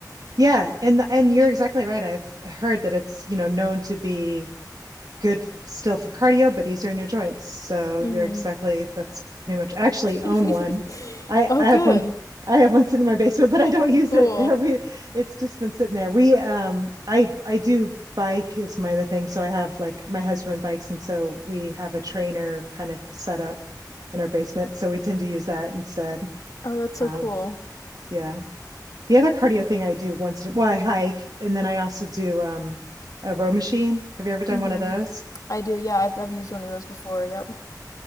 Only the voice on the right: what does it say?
Yeah, and and you're exactly right. I've heard that it's, you know, known to be good still for cardio, but easier on your joints. So
you're exactly that's pretty much I actually own
one. I
I
have one I have one sitting in my basement, but I don't use
it. <laughs> We it's just been sitting there. We um I I do bike is my other thing. So I have like my husband bikes and so we have a trainer kind of set up in our basement. So we tend to use that instead.
Um
yeah the other cardio thing I do once, well, I hike and then I also do um, a row machine. Have you ever done
one of those?